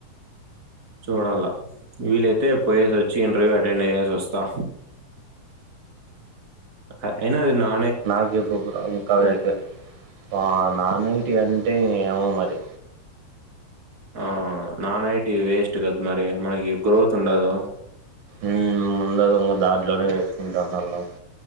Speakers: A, on the right; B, on the right.
A: చూడాలా వీలైతే పోయేసోచ్చి ఇంటర్వ్యూ అటెండ్ అయ్యేస్ వస్తా అ ఐనా ఇద్ నా
B: నాక్ జెప్పకుర్రి ఇంకావెట్టే ఆ నాన్ ఐటి అంటే ఇంగ ఏమో మరి
A: ఆ నానైటి వేస్ట్ గద్ మరి మనకి గ్రోత్ ఉండదు
B: ఉం ముందగు దాంట్లోనే జెసుకుంటా మళ్ళా